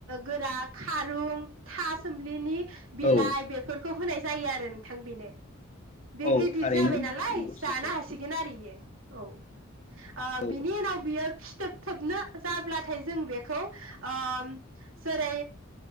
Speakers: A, on the right; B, on the left.
A: गोरा खारुं था सोमलिनि बिलाइ
B: औ
A: बेफोरखौ होनाय जायो आरो नोंथां बेनो बे
B: औ
A: गिदिर
B: थारैनो
A: जाबाय नालाय
B: नंगौ
A: जानो
B: सैथो
A: हासिगोन आरो बियो। औ। आ
B: औ
A: बिनि नाव बियो। सिथोब थाबनो जाब्लाथाय जों बेखौ ओ जेरै